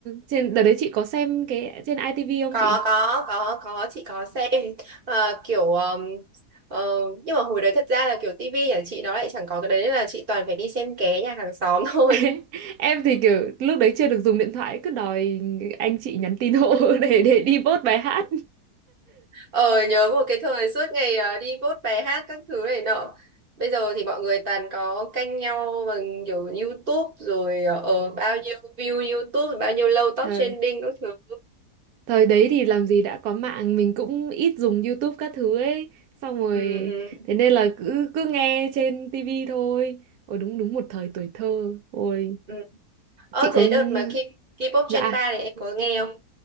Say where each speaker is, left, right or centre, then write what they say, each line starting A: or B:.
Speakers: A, on the right; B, on the right.
A: trên đợt đấy chị có xem cái trên ITV không
B: có
A: chị
B: có có có chị có xem Ờ, kiểu ờm, ờ, nhưng mà hồi đấy thật ra là kiểu tivi nhà chị nó lại chẳng có cái đấy nên là chị toàn phải đi xem ké nhà hàng xóm <laughs> thôi
A: <laughs> em thì kiểu lúc đấy chưa được dùng điện thoại cứ đòi anh chị nhắn tin hộ <laughs> để để đi vote bài hát
B: Ờ nhớ một cái thời suốt ngày ờ, đi vote bài hát các thứ này nọ. Bây giờ thì mọi người toàn có canh nhau bằng kiểu YouTube rồi ờ ờ, bao nhiêu view YouTube, bao nhiêu lâu top
A: ừ,
B: trending các thứ.
A: Thời đấy thì làm gì đã có mạng, mình cũng ít dùng YouTube các thứ ấy. Xong rồi,
B: ừ, ừ,
A: thế nên là cứ cứ nghe trên TV thôi. Ôi đúng đúng một thời tuổi thơ. Ôi,
B: ừ. Ờ
A: chị
B: thế
A: có ng-
B: đợt mà K- K-pop
A: dạ,
B: Gen 3 này em có nghe không?